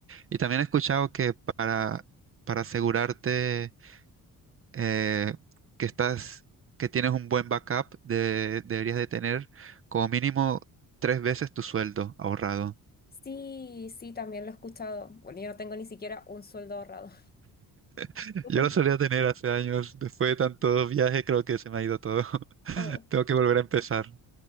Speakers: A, on the right; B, on the left.
A: Y también he escuchado que para, para asegurarte eh, que estás, que tienes un buen backup, de- deberías de tener como mínimo tres veces tu sueldo ahorrado.
B: Sí, sí, también lo he escuchado. Bueno, yo no tengo ni siquiera un sueldo ahorrado. <laughs>
A: <laughs>
B: ¿Tú
A: Yo
B: cuánto
A: lo solía
B: tienes?
A: tener hace años, después de tantos viajes creo que se me ha ido todo. <laughs>
B: Oh,
A: Tengo que volver a empezar